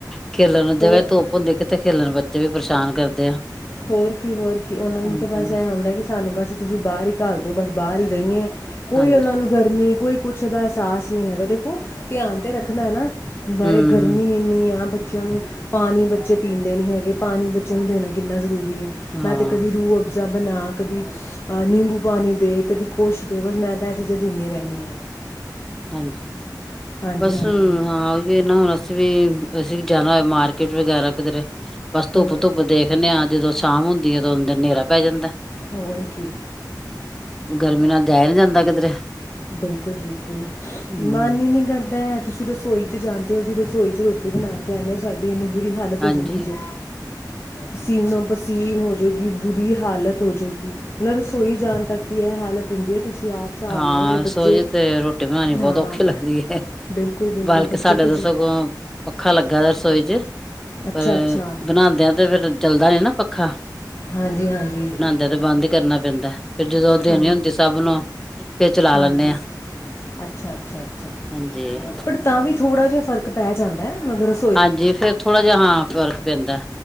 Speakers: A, in the centre; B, on the left (about 35°).
A: ਖੇਲਣ ਨੂੰ ਜਗਾ
B: ਹੋਰ
A: ਤੇ ਧੁੱਪ ਹੁੰਦੀ। ਕਿੱਥੇ ਖੇਲਣ ਬੱਚੇ ਵੀ ਪਰਸ਼ਾਨ ਕਰਦੇ ਆ।
B: ਹੋਰ ਕੀ ਹੋਰ ਕੀ ਓਨਾਂ ਨੂੰ
A: ਹਾਂਜੀ
B: ਤੇ ਬਸ ਐ ਹੁੰਦਾ ਕੀ ਸਾਨੂੰ ਬਸ ਤੁਸੀਂ ਬਾਰ ਈ ਘਲ ਦੋ, ਬਸ ਬਾਰ ਈ ਰ‌ਈਏ। ਕੋਈ
A: ਹਾਂਜੀ।
B: ਓਨਾਂ ਨੂੰ ਗਰਮੀ ਕੋਈ ਕੁਛਦਾ ਐਸਾਸ ਨੀ ਹੈਗਾ ਦੇਖੋ ਧਿਆਨ ਤੇ ਰੱਖਣਾ ਏ ਨਾ। ਬਾਰੇ
A: ਹੂੰ
B: ਗਰਮੀ ਏਨੀ ਆ ਬੱਚਿਆਂ ਨੂੰ ਪਾਣੀ ਬੱਚੇ ਪੀਂਦੇ ਨੀ ਹੈਗੇ, ਪਾਣੀ ਬੱਚਿਆਂ ਨੂੰ ਦੇਣਾ ਕਿੰਨਾ ਜ਼ਰੂਰੀ ਆ।
A: ਹਾਂ
B: ਮੈਂ ਤੇ ਕਦੀ ਰੂ ਅ ਫਜਾ ਬਣਾ, ਕਦੀ ਆ ਨਿੰਬੂ ਪਾਣੀ ਦੇ, ਕਦੀ ਕੁਛ ਦੇ। ਬਸ ਮੈਂ ਤਾਂ ਏ ਚੀਜ਼ਾਂ ਦਿੰਨੀ ਰੈਣੀ ਆ।
A: ਹਾਂਜੀ
B: ਹਾਂਜੀ
A: ਬਸ
B: ਹਾਂਜੀ
A: ਹਾਂ ਓਈ ਓ ਨਾ ਅਸੀਂ ਵੀ ਅਸੀਂ ਵੀ ਜਾਣਾ ਹੋਏ ਮਾਰਕੀਟ ਵਗੈਰਾ ਕਿਧਰੇ ਬਸ ਧੁੱਪ
B: ਹੂੰ
A: ਧੁੱਪ ਦੇਖਨੇ ਆਂ ਜਦੋਂ ਅ ਤਾਮ ਹੁੰਦੀ ਏ ਤੇ ਓਨੀ ਦੇਰ ਨੇਰਾ ਪੈ ਜਾਂਦਾ।
B: ਹੋਰ ਕੀ।
A: ਗਰਮੀ ਨਾਲ ਜਾਇਆ ਨੀ ਜਾਂਦਾ ਕਿਧਰੇ।
B: ਬਿਲਕੁਲ-ਬਿਲਕੁਲ
A: ਹੂੰ
B: ਮਨ ਈ ਨੀ ਕਰਦਾ ਐ ਤੁਸੀਂ ਦੱਸੋ ਰਸੋਈ 'ਚ ਜਾਂਦੇ ਓ, ਜੀ ਰਸੋਈ 'ਚ ਰੋਟੀ ਬਣਾ ਕੇ ਆਨੇ ਆ, ਸਾਡੀ ਏਨੀ ਬੁਰੀ ਹਾਲਤ
A: ਹਾਂਜੀ
B: ਹੋ ਜਾਂਦੀ ਜੇ। ਪਸੀਨੋ-ਪਸੀਨ ਹੋ ਜੇ ਗੀ, ਬੁਰੀ ਹਾਲਤ ਹੋ ਜੇ ਗੀ। ਮਲਬ ਰਸੋਈ ਜਾਣ ਤੱਕ ਵੀ ਐ ਹਾਲਤ ਹੁੰਦੀ ਏ ਤੁਸੀਂ ਆਪ ਹਿਸਾਬ
A: ਹਾਂ
B: ਲਾਓ ਜਿਹੜੇ
A: ਰਸੋਈ
B: ਬੱਚੇ
A: 'ਚ ਤੇ ਰੋਟੀ ਬਣਾਨੀ ਬਹੁਤ
B: ਹਾਂ
A: ਔਖੀ ਲੱਗਦੀ ਏ।
B: ਬਿਲਕੁਲ ਬਿਲਕੁਲ
A: ਬਲਕਿ
B: ਬੱਚੇ
A: ਸਾਡਾ ਤੇ
B: ਜੀ
A: ਸਗੋਂ ਪੱਖਾ ਲੱਗਾ ਐ ਰਸੋਈ 'ਚ।
B: ਅੱਛਾ
A: ਅ
B: ਅੱਛਾ
A: ਬਣਾਦਿਆਂ ਤੇ ਫੇਰ ਚਲਦਾ ਨੀ ਨਾ ਪੱਖਾ।
B: ਹਾਂਜੀ-ਹਾਂਜੀ।
A: ਤਾਂ ਤੇ ਬੰਦ ਈ ਕਰਨਾ ਪੈਂਦਾ ਫੇਰ ਜਦੋਂ ਓ ਦੇਣੀ
B: ਹਾਂ
A: ਹੁੰਦੀ ਸਭ ਨੂੰ ਫੇਰ ਚਲਾ
B: ਹਾਂਜੀ
A: ਲੈਂਦੇ ਹਾਂ
B: ਅੱਛਾ-ਅੱਛਾ-ਅੱਛਾ
A: ਹਾਂਜੀ
B: ਪੜ੍ ਤਾਂ ਵੀ ਥੋੜ੍ਹਾ ਜਾ ਫਰਕ ਪੈ ਜਾਂਦੈ ਮਗਰ ਉਸ
A: ਹਾਂਜੀ ਫੇਰ ਥੋੜਾ ਜਾ ਹਾ ਫ਼ਰਕ ਪੈਂਦਾ